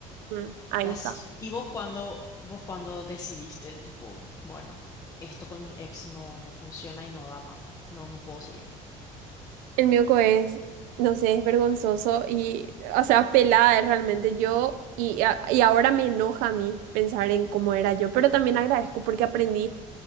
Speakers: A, on the right; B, on the left.
A: mm, ahí
B: Y así.
A: está.
B: ¿Y vos cuando, vos cuando decidiste, tipo, bueno, esto con mi ex no, no funciona y no da más. No, no puedo seguir.
A: El mioco es, no sé, es vergonzoso y, o sea, pelada es realmente yo y, a- y ahora me enoja a mí pensar en cómo era yo, pero también agradezco porque aprendí.